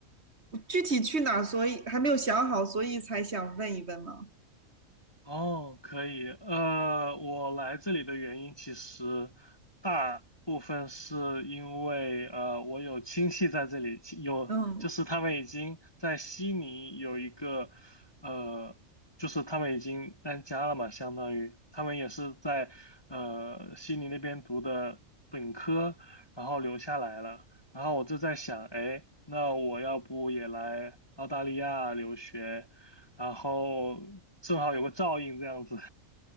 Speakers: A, on the right; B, on the left.
A: 我具体去哪儿所以还没有想好，所以才想问一问嘛。
B: 哦，可以。呃，我来这里的原因其实大部分是因为呃，我有亲戚在这里，亲有就是他们已经在悉尼有一个
A: 嗯，
B: 呃，就是他们已经安家了嘛，相当于他们也是在呃悉尼那边读的本科，然后留下来了。然后我就在想，哎，那我要不也来澳大利亚留学？然后正好有个照应这样子。